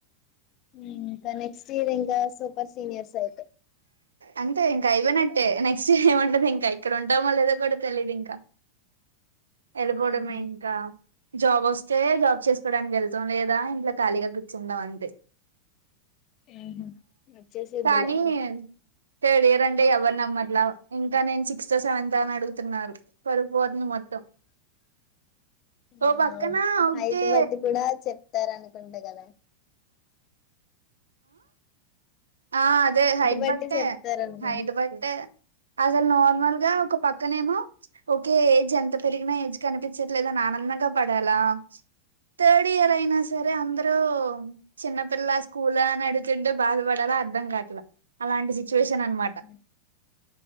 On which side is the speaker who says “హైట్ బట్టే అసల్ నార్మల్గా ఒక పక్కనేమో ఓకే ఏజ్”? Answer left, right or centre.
Right